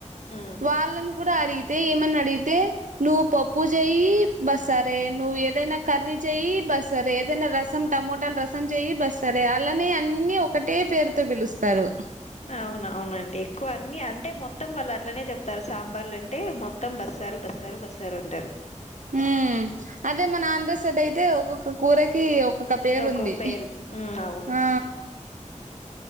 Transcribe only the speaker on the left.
ఉమ్
అవునవునండి ఎక్కువ అన్ని అంటే మొత్తం వాళ్ అట్లనే చెప్తారు సాంబార్లు అంటే మొత్తం బస్సారు బస్సారు బస్సారు అంటారు
ఒక్కో
పేరు ఉమ్ అవును